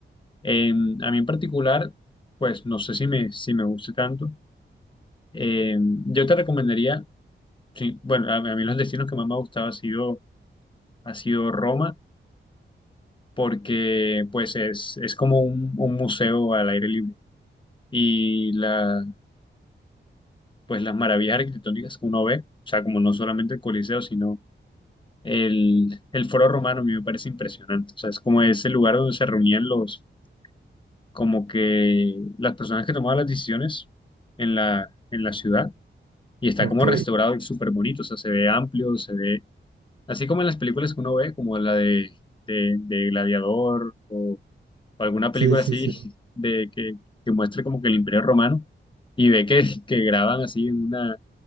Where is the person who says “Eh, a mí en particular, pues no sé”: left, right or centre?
Left